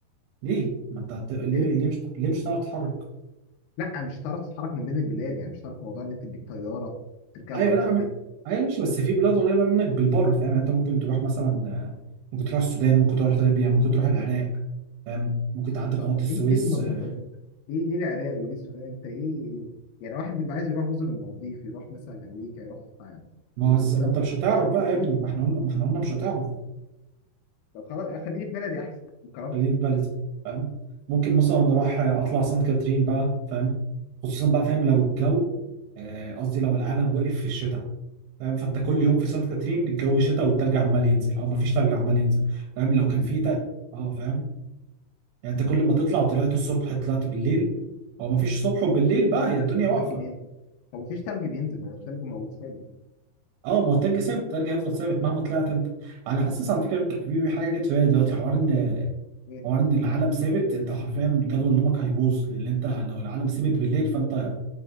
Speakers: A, on the right (about 85°); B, on the left (about 80°).
A: ليه ما انت هت... ليه
B: ايه
A: ليه مش ليه مش هتعرف تتحرك
B: لا مش هتعرف تتحرك ما بين البلاد يعني مش هتعرف موضوع ان انت تديك طياره تركبها
A: ايوه
B: وتروح
A: لا ما...
B: بيها
A: ايوه ماشي بس في بلاد قريبه منك بالبر فاهم يعني انت ممكن تروح مثلا آه، ممكن تروح السودان ممكن تروح ليبيا ممكن تروح العراق فاهم ممكن تعدي قناه
B: طب
A: السويس
B: ليه ليه المرمطه
A: آه،
B: دي؟ ليه ليه العراق وليه السودان؟ انت ايه يعني واحد بيبقى عايز يروح مثلا المالديف يروح مثلا امريكا يروح
A: ما
B: انجلترا
A: هو ز- ما انت مش
B: يروح
A: هتعرف
B: مش عارف
A: بقى
B: ايه
A: يا ابني ما احنا قلنا ما احنا قلنا مش هتعرف
B: طب خلاص خليني في بلدي احسن بكرامتي
A: خليني في بلدي فاهم ممكن مثلا نروح آه، اطلع سانت كاترين بقى فاهم خصوصا بقى فاهم لو الجو آه، قصدي لو العالم وقف في الشتاء فاهم فانت كل يوم في سانت كاترين الجو شتاء والتلج عمال ينزل او مفيش تلج عمال ينزل فاهم
B: موت
A: لو كان
B: دي
A: في تلج اه فاهم يعني انت كل ما تطلع طلعت الصبح طلعت بالليل او مفيش صبح وبالليل بقى
B: هو التلج
A: هي الدنيا
B: التلج
A: واقفه
B: بينزل هو مفيش تلج بينزل هو التلج موجود ثابت
A: اه ما هو التلج ثابت التلج هيفضل ثابت مهما طلعت انت على حاسس على فكره في في حاجه جت في بالي دلوقتي حوار ان
B: ايه
A: حوار ان العالم ثابت انت حرفيا جدول نومك هيبوظ لان انت لو العالم ثابت بالليل فانت